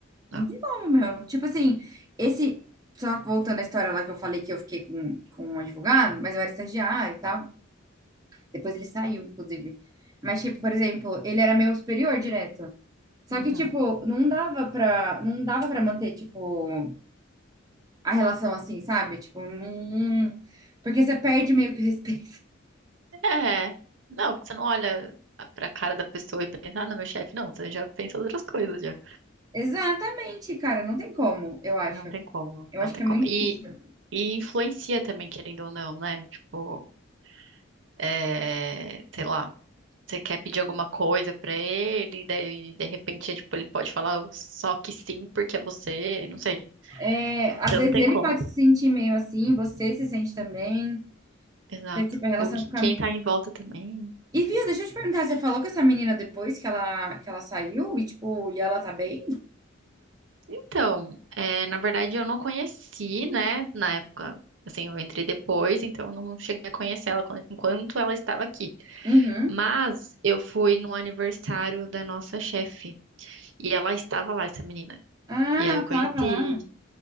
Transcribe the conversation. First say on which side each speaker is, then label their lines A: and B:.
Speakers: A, on the right; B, on the right.
A: Não.
B: Não tem como, meu. Tipo assim, esse. Só voltando à história lá que eu falei que eu fiquei com, com um advogado, mas eu era estagiária e tal. Depois ele saiu, inclusive. Mas, tipo, por exemplo, ele era meu superior direto. Só
A: Uhum.
B: que, tipo, não dava pra, não dava pra manter, tipo, a relação assim, sabe? Tipo, não. Porque você perde meio que o respeito.
A: É, não, porque você não olha a- pra cara da pessoa e pensa, ah, não, meu chefe, não, você já pensa outras coisas já.
B: <laughs> Exatamente, cara. Não tem como, eu acho.
A: Não tem como,
B: Eu
A: não
B: acho
A: tem
B: que é
A: como.
B: muito
A: E,
B: difícil.
A: e influencia também, querendo ou não, né? Tipo, é, sei lá, você quer pedir alguma coisa pra ele, daí de repente, é, tipo, ele pode falar só que sim porque é você, não sei.
B: É, às
A: Então
B: vezes
A: não tem
B: ele
A: como.
B: pode se sentir meio assim, você se sente também.
A: Exato.
B: Então, tipo, a relação
A: O que,
B: fica
A: quem tá em volta também.
B: E viu, deixa eu te perguntar, você falou com essa menina depois que ela, que ela saiu e, tipo, e ela tá bem?
A: Então, é, na verdade eu não conheci, né, na época, assim, eu entrei depois, então eu não cheguei a conhecer ela quan- enquanto ela estava aqui.
B: Uhum.
A: Mas eu fui no aniversário da nossa chefe e ela estava lá, essa menina.
B: Ah,
A: E aí
B: ela
A: eu conheci,
B: tava lá.